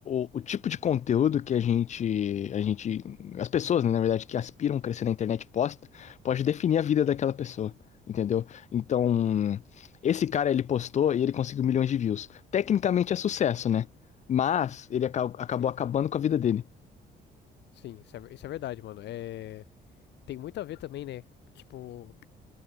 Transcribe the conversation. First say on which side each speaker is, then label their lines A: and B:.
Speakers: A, on the left; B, on the left.
A: o- o tipo de conteúdo que a gente, a gente, as pessoas, né, na verdade, que aspiram a crescer na internet posta, pode definir a vida daquela pessoa, entendeu? Então, esse cara ele postou e ele conseguiu milhões de views. Tecnicamente é sucesso, né? Mas ele aca- acabou
B: Sim,
A: acabando com a vida dele.
B: sim, isso é, ver- isso é verdade, mano. É, tem muito a ver também, né? Tipo,